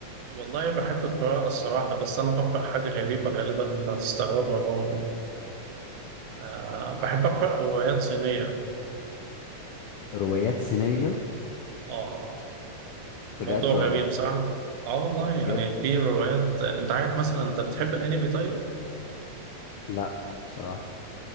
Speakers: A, on the right; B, on the left.
A: والله بحب القراءة الصراحة بس أنا بقرأ حاجة غريبة غالبا أنت هتستغربها برضه أه بحب أقرأ روايات صينية
B: روايات صينيه
A: أه
B: بجد
A: موضوع غريب
B: ولا
A: صح؟ أه والله يعني
B: بجد
A: في روايات أنت عارف مثلا أنت بتحب الأنمي طيب؟
B: لا بصراحه